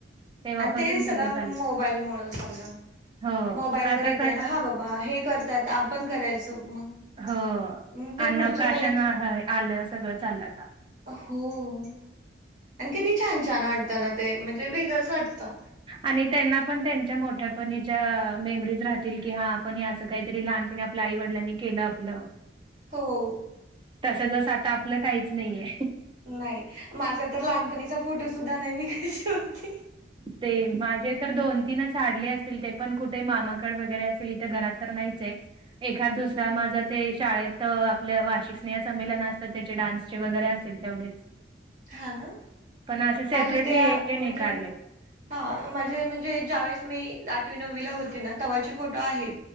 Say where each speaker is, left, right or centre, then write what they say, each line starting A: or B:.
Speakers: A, on the right (about 25°); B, on the right (about 45°).
A: तेव्हापासून
B: आणि ते सगळं
A: चाललंय.
B: मोबाईल मुळं झालं,
A: हो,
B: मोबाईल
A: आता
B: वर येत
A: कसं
B: आहे ना, हा बाबा बा हे करतात, आपण करायचं मग?
A: हो
B: मग ते
A: अन्न
B: पुढचं
A: प्राशन
B: परत
A: आलं सगळं आलं आता
B: हो आणि कधी छान, छान वाटतं ना ते म्हणजे वेगळंच वाटतं.
A: आणि त्यांना पण त्यांच्या मोठ्यापच्या मेमरीज राहतील की हा आपण हे असं काहीतरी लहानप आईवडिलांनी केलं आपलं.
B: हो.
A: तसं जसं आता आपलं काहीच नाहीये.
B: नाही माझा तर लहानपणीचा फोटो सुद्धा नाही मी काही होती.
A: ते माझे तर दोन तीनच <unintelligible> असतील ते पण कुठे मामाकड वगैरे असेल इथे घरात तर नाहीच आहे. एखाद दुसरा माझा ते शाळेत आपल्या वार्षिक स्नेह संमेलन असतात त्याचे डान्सचे वगैरे अस तेवढच
B: हा ना
A: पण असे
B: माझे
A: सेपरेटली
B: ते आ
A: एकही
B: म्हणजे
A: नाही काढले.
B: हा माझे म्हणजे ज्यावेेळेस मी आठवी नववीला होते ना तव्हाचे फोटो आहेत.